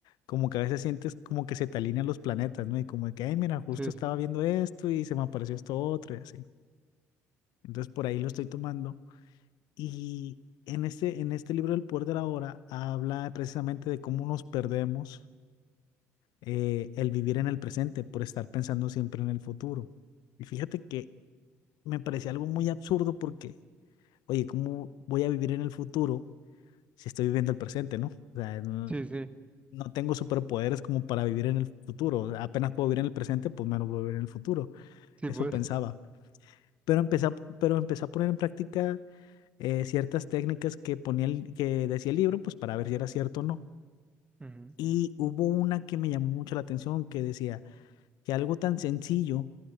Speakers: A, on the left; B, on the right.
A: como que a veces sientes como que se te alinean los planetas, ¿no? Y como de que, ay, mira, justo
B: Sí,
A: estaba
B: sí,
A: viendo esto y se me apareció esto otro y así. Entonces por ahí lo estoy tomando. Y en este, en este libro El poder de la hora habla precisamente de cómo nos perdemos eh, el vivir en el presente por estar pensando siempre en el futuro. Y fíjate que me parecía algo muy absurdo porque, oye, ¿cómo voy a vivir en el futuro si estoy viviendo el presente, no? O sea, no,
B: sí, sí,
A: no tengo superpoderes como para vivir en el futuro. O sea, apenas puedo vivir en el presente, pues menos puedo vivir en el futuro.
B: sí,
A: Eso
B: pues.
A: pensaba. Pero empecé, a- pero empecé a poner en práctica eh, ciertas técnicas que ponía el- que decía el libro, pues para ver si era cierto o no.
B: ujú,
A: Y hubo una que me llamó mucho la atención que decía que algo tan sencillo